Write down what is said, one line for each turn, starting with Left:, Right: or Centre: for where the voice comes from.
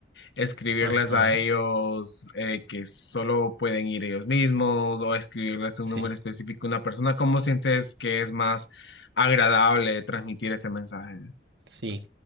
Left: escribirles
Right: Ajá,
Left: a ellos eh, que solo pueden ir ellos mismos o escribirles un
Right: sí,
Left: número específico a una persona? ¿Cómo sientes que es más agradable transmitir ese mensaje?
Right: sí.